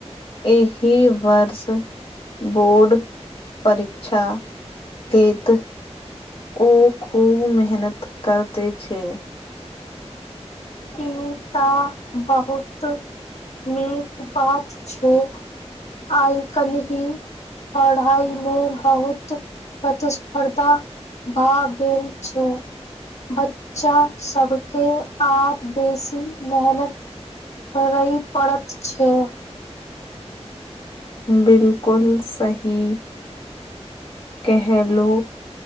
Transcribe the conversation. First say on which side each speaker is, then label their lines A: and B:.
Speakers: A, on the left; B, on the left.
A: एहि वर्ष बोर्ड परीक्षा देैत, ओ खूब मेहनत करते छै।
B: ई तऽ बहुत नीक बात छै, आय कल्हि पढ़ाई मे बहुत प्रतिस्पर्धा भा गेल छै, बच्चा सबके आब बेसी मेहनत करय पड़त छै।
A: बिलकुल सही केहलु